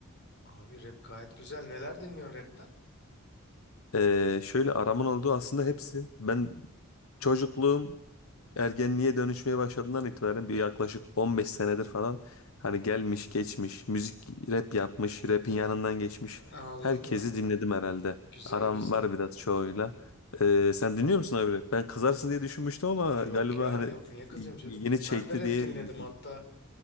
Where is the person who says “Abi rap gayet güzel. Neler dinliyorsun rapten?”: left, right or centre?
Left